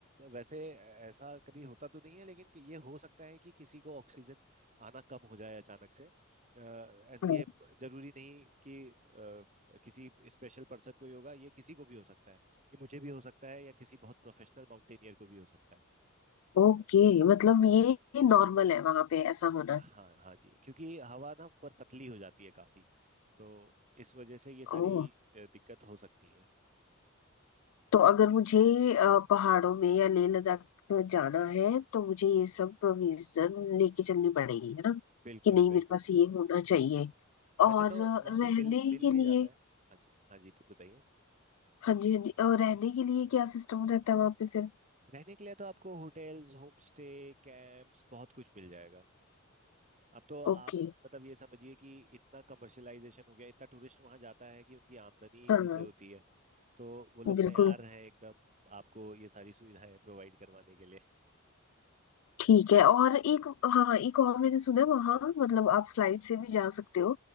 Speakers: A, on the right; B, on the left.
A: वैसे ऐसा कभी होता तो नहीं है लेकिन कि ये हो सकता है कि किसी को ऑक्सीजन आना कम हो जाए अचानक से अ, ऐसे
B: हाँ।
A: ये जरूरी नहीं कि अ, किसी स्पेशल पर्सन को ही होगा ये किसी को भी हो सकता है ये मुझे भी हो सकता है या किसी बहुत प्रोफेशनल माउंटेनियर को भी हो सकता है
B: ओके मतलब ये नॉर्मल है वहां पे ऐसा होना
A: हाँ हाँ जी क्योंकि हवा ना पर पतली हो जाती है काफी तो इस वजह से ये सारी
B: ओह
A: अ, दिक्कत हो सकती है
B: तो अगर मुझे अ, पहाड़ों में या लेह लद्दाख जाना है तो मुझे ये सब प्रोविजन लेके चलनी पड़ेगी है ना
A: बिल्कुल
B: कि नहीं
A: बिल्कुल
B: मेरे पास ये होना चाहिए
A: वैसे
B: और
A: तो
B: अ,
A: वहाँ पे
B: रहने
A: बिल बिल
B: के
A: भी जाता
B: लिए
A: है हाँ जी हाँ जी बताइए
B: हाँ जी हाँ जी और रहने के लिए क्या सिस्टम रहता है वहां पे फिर
A: रहने के लिए तो आपको होटल्स होम स्टे कैंप्स बहुत कुछ मिल जाएगा अब तो आप
B: ओके
A: मतलब ये समझिए कि इतना कमर्शलाइजेशन हो गया इतना टूरिस्ट वहाँ जाता है कि उनकी आमदनी इसी
B: हाँ
A: से होती है तो वो लोग
B: बिल्कुल
A: तैयार हैं एकदम आपको ये सारी सुविधाएं प्रोवाइड करवाने के लिए
B: ठीक है और एक हाँ एक और मैंने सुना है वहाँ मतलब आप फ्लाइट से भी जा सकते हो